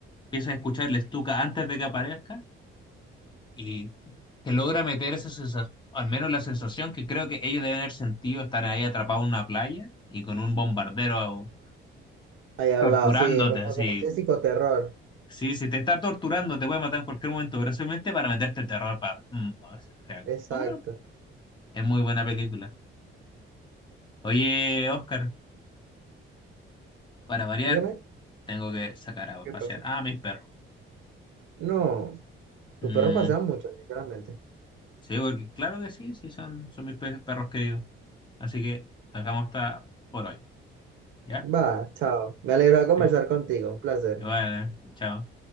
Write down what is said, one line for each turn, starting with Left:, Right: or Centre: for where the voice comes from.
Left: empiezas a escuchar el estuca antes de que aparezca y te logra meter esa sensación, al menos la sensación que creo que ellos deben haber sentido estar ahí atrapados en una playa y con un bombardero
Right: Ahí al
Left: torturándote
Right: lado, sí, es como,
Left: así
Right: como ese psicoterror.
Left: Sí, si te está torturando, te puede matar en cualquier momento, pero simplemente para meterte terror. Pa... mm, o sea,
Right: Exacto.
Left: pues bueno, es muy buena película. Oye, Oscar, para variar,
Right: Dígame,
Left: tengo que sacar a
Right: ¿qué
Left: pasear
Right: pasa?
Left: a mis perros.
Right: No, tus
Left: Mm,
Right: perros pasean mucho, sinceramente.
Left: sí, porque claro que sí, sí, son, son mis pe- perros queridos. Así que sacamos esta por hoy. ¿Ya?
Right: Va, chao. Me alegro de
Left: Ya,
Right: conversar contigo. Un placer.
Left: Igual, ¿eh? chao.